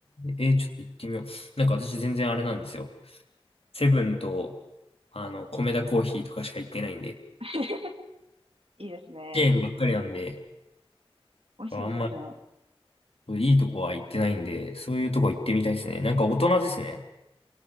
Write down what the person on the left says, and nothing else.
えー、ちょっと行ってみよう。なんか私全然あれなんですよ。セブンと、あの、コメダコーヒーとかしか行ってないんで、
チェーンばっかりなんで、
あんまりいいとこは行ってないんで、そういうとこ行ってみたいですね。なんか大人ですね。